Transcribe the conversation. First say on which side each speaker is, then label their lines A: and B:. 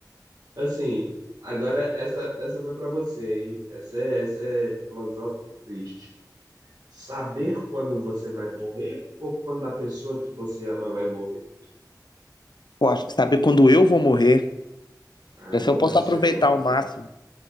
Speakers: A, on the right; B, on the left.
A: Assim, agora essa, essa foi pra você, hein? Essa é, essa é filosófica e triste. Saber quando você vai morrer ou quando a pessoa que você ama vai morrer?
B: Eu acho- Sabe quando eu vou morrer?
A: Ah,
B: Pra
A: não,
B: ver se eu posso
A: deve ser
B: aproveitar
A: ruim.
B: ao máximo.